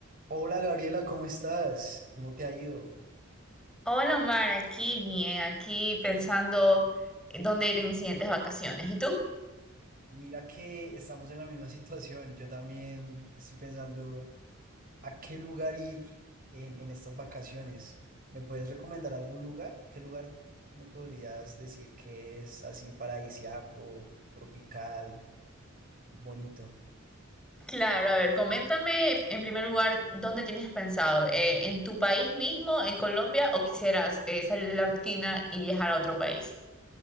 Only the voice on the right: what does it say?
Hola Gabriela, ¿cómo estás? ¿Cómo te ha ido?
Mira que estamos en la misma situación. Yo también estoy pensando a qué lugar ir en, en estas vacaciones. ¿Me puedes recomendar algún lugar? ¿Qué lugar me podrías decir que es así paradisiaco, tropical, bonito?